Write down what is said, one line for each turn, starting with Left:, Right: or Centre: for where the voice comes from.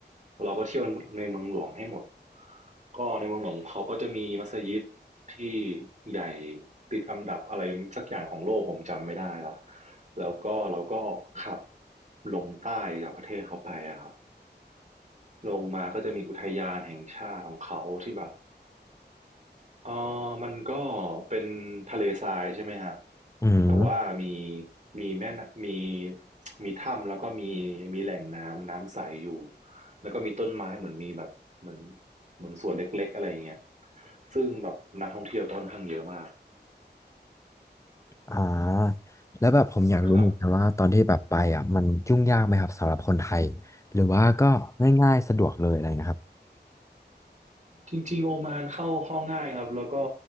Right: แล้วเราก็เที่ยวในเมืองหลวงให้หมด ก็ในเมืองหลวงเขาก็จะมีมัสยิดที่ใหญ่ติดอันดับอะไรสักอย่างของโลกผมจำไม่ได้ละแล้วก็เราก็ขับลงใต้จากประเทศเขาไปอะครับลงมาก็จะมีอุทยานแห่งชาติของเขาที่แบบ เอ่อมันก็เป็นทะเลทรายใช่ไหมครับ
Left: อืม
Right: แต่ว่ามีมีแม่นมีมีถ้ำแล้วก็มีมีแหล่งน้ำน้ำใสอยู่แล้วก็มีต้นไม้เหมือนมีแบบเหมือนเหมือนสวนเล็กๆอะไรอย่างเงี้ยซึ่งแบบนักท่องเที่ยวก็ค่อนข้างเยอะมาก
Left: อ่าแล้วแบบผมอยากรู้เหมือนกันว่าตอนที่แบบไปอ่ะมันยุ่งยากไหมครับสำหรับคนไทย
Right: ครับ
Left: หรือว่าก็ง่ายๆสะดวกเลยอะไรนะครับ
Right: จริงๆโอมานเข้าเข้าง่ายครับแล้วก็